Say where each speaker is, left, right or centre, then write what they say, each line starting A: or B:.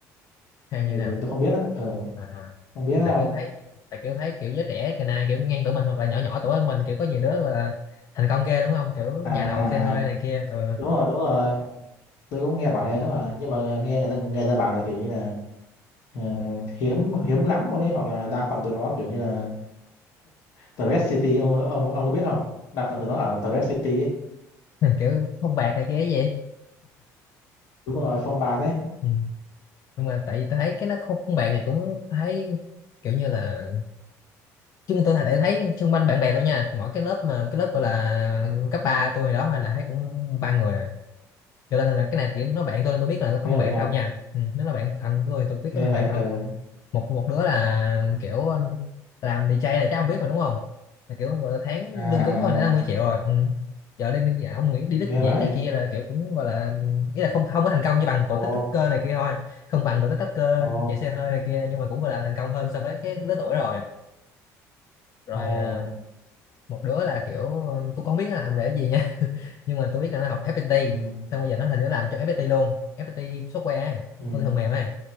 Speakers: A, on the left; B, on the left.
A: hay
B: ừ,
A: như thế nào
B: tôi không biết á. Ờ,
A: à,
B: không biết á
A: tại
B: không?
A: kiểu thấy tại kiểu thấy kiểu giới trẻ cái này kiểu ngang tuổi mình hoặc là nhỏ nhỏ tuổi hơn mình kiểu có nhiều đứa gọi là thành công ghê đúng không kiểu
B: À
A: nhà đầu
B: à
A: xe
B: à.
A: hơi này kia ừ.
B: đúng rồi đúng rồi tôi cũng nghe bảo thế mà nhưng mà nghe người ta người ta bảo là kiểu như là ờ, hiếm hiếm lắm luôn ấy hoặc là đa phần tụi nó kiểu như là Thread City ông ông ông có biết không đa phần tụi nó ở Thread City ấy.
A: <laughs> kiểu không bạc này kia cái gì
B: đúng rồi phong ba đấy
A: Ừ. nhưng mà tại vì tôi thấy cái nó không, không bạn thì cũng thấy kiểu như là chung tôi thấy thấy xung quanh bạn bè tôi nha mỗi cái lớp mà cái lớp gọi là cấp 3 tôi hồi đó hay là thấy cũng ba người à. cho nên là cái này chỉ nó bạn tôi nên tôi biết là nó
B: ghê
A: có không bạn
B: vậy trời
A: không nha ừ. nếu là bạn thân của tôi thì tôi biết
B: ghê
A: có không bạn
B: vậy
A: không
B: ờ
A: một một đứa là kiểu um, làm DJ này chắc không biết mà đúng không là kiểu gọi là tháng
B: à, à
A: lương cứng thôi đã 50
B: à,
A: triệu rồi ừ. giờ đi đi- ông nghĩ đi Đức
B: ghê
A: diễn
B: vậy
A: này kia là kiểu cũng gọi là ý là không không có thành công như bằng tụi
B: ồ
A: TikToker này kia thôi không bằng tụi TikToker
B: ồ
A: chạy xe hơi này kia nhưng mà cũng gọi là thành công hơn so với cái lứa tuổi rồi rồi
B: ồ
A: Ờ, một đứa là kiểu tôi không biết nó làm về cái gì nha <laughs> nhưng mà tôi biết là nó học FPT
B: ừ
A: xong bây giờ nó hình như nó làm trong FPT luôn FPT software ấy,
B: ừ
A: con phần mềm ấy